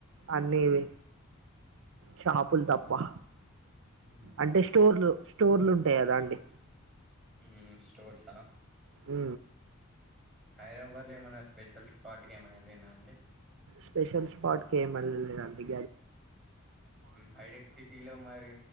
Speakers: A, on the right; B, in the centre.
A: అన్ని ఇవి షాపుల్ తప్పా
B: ఉహు
A: అంటే స్టోర్లు స్టోర్లు ఉంటాయి కదా అండి
B: ఉ స్టోర్సా
A: ఉ
B: హైదరాబాద్ లో ఏమైన్నా స్పెషల్ స్పాట్కి ఏమైనా వెళ్ళినా అండి
A: స్పెషల్ స్పాట్ కి ఎం ఎళ్లలేదండి
B: హైటెక్ సిటీలో మరి